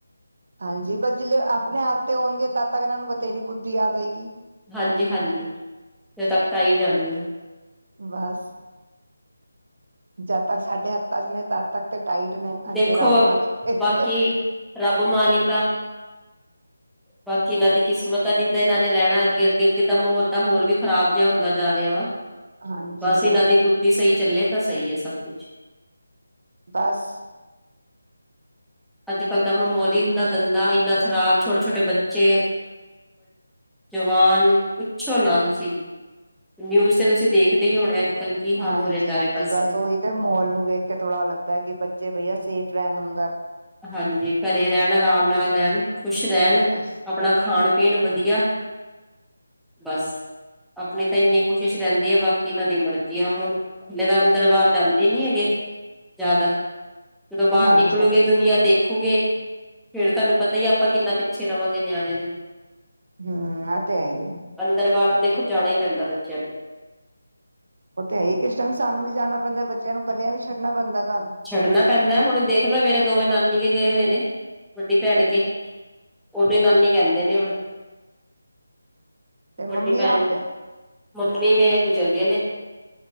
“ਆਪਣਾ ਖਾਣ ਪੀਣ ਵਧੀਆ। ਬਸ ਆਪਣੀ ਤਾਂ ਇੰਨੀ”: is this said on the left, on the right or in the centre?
Centre